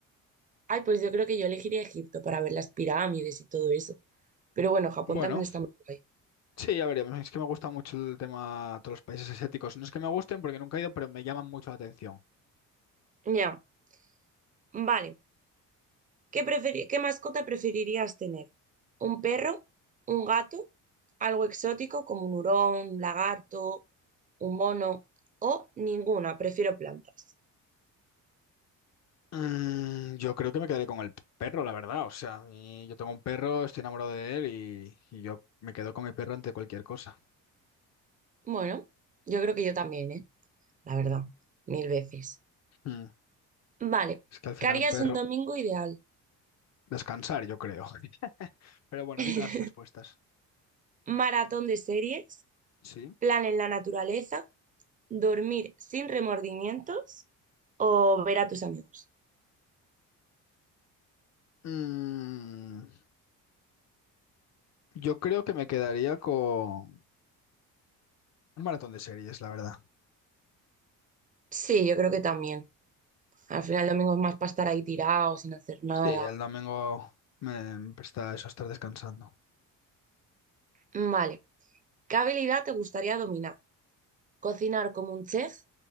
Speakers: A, on the right (about 25°); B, on the left (about 50°).
A: Ay, pues yo creo que yo elegiría Egipto para ver las pirámides y todo eso. Pero bueno, Japón
B: Bueno,
A: también está muy guay.
B: sí, ya veremos. Es que me gusta mucho el tema de todos los países asiáticos. No es que me gusten porque nunca he ido, pero me llaman mucho la atención.
A: Ya, vale. ¿Qué preferi- qué mascota preferirías tener? ¿Un perro? ¿Un gato? ¿Algo exótico como un hurón, un lagarto, un mono? ¿O ninguna? Prefiero plantas.
B: Mm, yo creo que me quedaré con el perro, la verdad. O sea, a mí- yo tengo un perro, estoy enamorado de él y, y yo me quedo con mi perro ante cualquier cosa.
A: Bueno, yo creo que yo también, ¿eh? La verdad, mil veces.
B: Mm,
A: Vale,
B: Es que al final
A: ¿qué harías
B: un perro,
A: un domingo ideal?
B: descansar, yo creo. <laughs> Pero bueno,
A: <laughs>
B: dime las respuestas.
A: Maratón de series,
B: Sí.
A: plan en la naturaleza, dormir sin remordimientos o ver a tus amigos.
B: Mm, yo creo que me quedaría con un maratón de series, la verdad.
A: Sí, yo creo que también. Al final el domingo es más para estar ahí tirado, sin hacer nada.
B: Sí, el domingo me me presta eso estar descansando.
A: Vale. ¿Qué habilidad te gustaría dominar? ¿Cocinar como un chef?